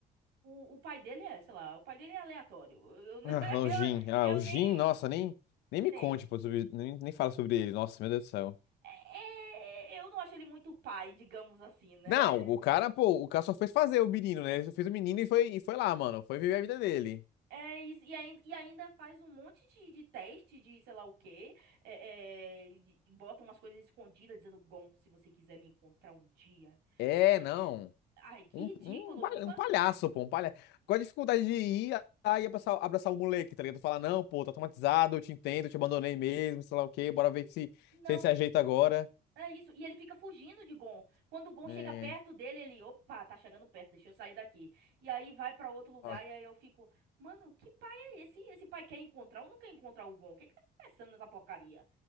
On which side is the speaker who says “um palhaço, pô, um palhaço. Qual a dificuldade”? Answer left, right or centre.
Left